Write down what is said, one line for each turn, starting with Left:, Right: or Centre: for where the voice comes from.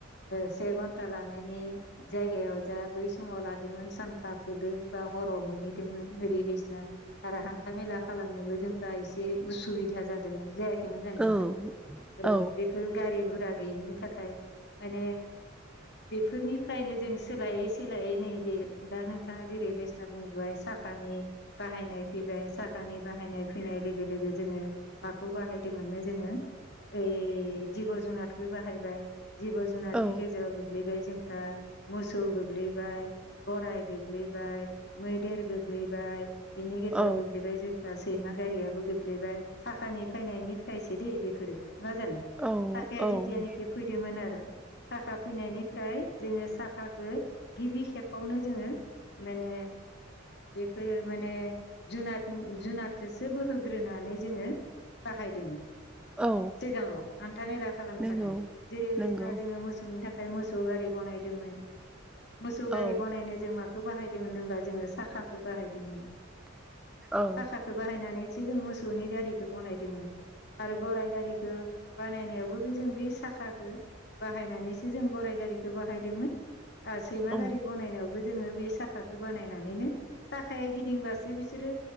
Left: से घन्टा लानायनि जायगायाव जा बै समाव लादोंमोन सानफा थोलो बा हराव मोनहैदोंमोन। ओरै बायसिना आरो हान्था मेला खालामनोबो जों फ्राय एसे उसुबिदा जादोंमोन जायाखैमोन जानो
Centre: औ
Left: नोंथां। ओ
Centre: औ
Left: बेफोर गारि गुरा गैयिनि थाखाय माने बेफोरनि फ्रायनो जों सोलायै सोलायै नै दा नोंथांङा जेरै रेसना बुंबाय साखानि बाहायनाय फैबाय साखानि बाहायनाय फैनाय लोगो लोगो जोंङो माखौ बाहाय बिदिनो मोनो जोंङो ओइ जिब' -जुनादखौ बाहायबाय जिब' जुनारनि
Centre: औ
Left: गेजेराव गोग्लैबाय जोंफ्रा मोसौ गोग्लैबाय गराय गोग्लैबाय मैदेर, गोग्लैबाय बिनि गेजेराव
Centre: औ
Left: गोग्लैबाय दा सैमा गारियाबो गोग्लैबाय, थाखानि फैनायनिफ्रायसो दैे बेफोरो न'डा जानो।
Centre: औ
Left: साखाया
Centre: औ।
Left: जेथियानोखि फैदोंमोन आरो। साखा फैनायनिफ्राय जोंङो साखाखौ गिबि खेबावनो जोंङो। माने बेफोरो माने जुनाद जुनादखौसो बोहोग्रोनानै जोंङो बाहायदोंमोन।
Centre: औ
Left: सिगांङाव हान्था मेला खालामनो
Centre: नंगौ
Left: थाखाय। जेरै बायदिसना
Centre: नंगौ
Left: जोंङो मोसौनि थाखाय मोसौ गारि बनायदोंमोन मोसौ गारि
Centre: औ
Left: बनायनो थाखाय जों माखौ बाहायदोंमोन होमबा जोंङो साखाखौ बाहायदोंमोन
Centre: औ
Left: साखाखौ बाहायनानै मोसौ गारिखौ बदोंमोन। आरो गराय गारिखौ बानायनायबो जों बे साखाखौ बाहायनानैसो जों गराइ गारिखौ बाहायदोंमोन ओ सैमा
Centre: औ
Left: गारि बनायनायावबो जोंङो बे साखाखौ बानायनानैनो थाखाय गिदिंबासो बिसोरो